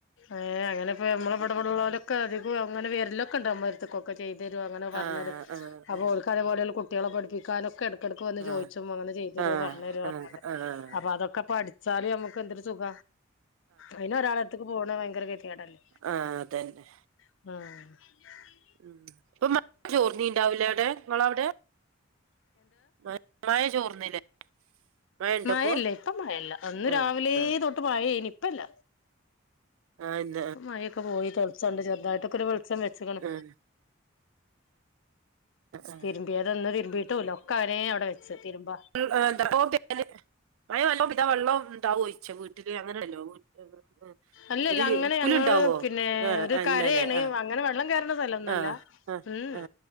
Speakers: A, on the left; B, on the right.
A: ഏഹ് അങ്ങനെ ഇപ്പൊ നമ്മളെ
B: ഉം.
A: ഇട വിെള്ളവലൊക്കെ അധികം അങ്ങനെ വേരലൊക്കെ ഉണ്ട അമ്മരത്ത കൊക്കേ ക്കെ ചെയ്തരുും അങ്ങനെ പറഞ്ഞരു
B: ആ ആ ആ
A: ഓലിക്ക് അതെ പോലുള്ള കുട്ടികളെ പഠിപ്പിക്കാനൊക്കെ എടുക്ക എടക്ക് വന്ന്
B: ആ
A: ചോദിച്ചും അങ്ങനെ ചെയ്യതരോ
B: ആ
A: പറഞ്ഞരോ
B: ആ ആ
A: അപ്പ അതൊക്ക പഠിച്ച് ചാലി നമുക്ക് എന്തൊരു സുഖ അയിന ഒരാളത്തേക്ക് പോണ ഭയങ്കര ഗതി കേട് അല്ലേ
B: ആഹ് അതെന്നേ
A: ആഹ്
B: ഉം ഇപ്പൊ മഴ ചോർന്നിണ്ടാവൂലേ അവിടെ ങ്ങളവിടെ മ മയ ചോർന്നില്ലേ മഴ ഇണ്ടപ്പോ
A: മയല്ല ഇപ്പ മയല്ല അന്ന്
B: ആ
A: രാവിലെ
B: ആ
A: തൊട്ട് മയ്യേണ് ഇപ്പില്ല
B: ആഹ്
A: ഇപ്പ മഴൊക്കെ പോയി തെളിച്ചണ്ട് ചെറുതായിട്ടൊക്കെ ഒരു വെളിച്ചം വെച്ചക്കണ്
B: ആ ആ.
A: തിരുമ്പിയ തൊന്ന് തിരുമ്പിയിട്ടുവില്ല ഒക്കെ അഴെ അവിടെ വെച്ച് തിരുമ്പ
B: ഇൾ എന്ത പ്പൊ പി മയ വല്ലോ ഇതാ വെള്ളം ഇണ്ടാവോയ്യിച്ച വീട്ടില് അങ്ങനെയല്ലോ വീ ആഹ്
A: അല്ലല്ല
B: ഒര്
A: അങ്ങനെ
B: പുല്ണ്ടാവോ
A: ഞങ്ങള് പിന്നെ
B: ആഹ്
A: ഒരു കരയാണ്
B: ല്ലല്ലേ ആഹ്
A: അങ്ങനെ വെള്ളം കേയറണ സ്ഥലൊന്നല്ല
B: ആഹ് ആ
A: ഉം
B: ആ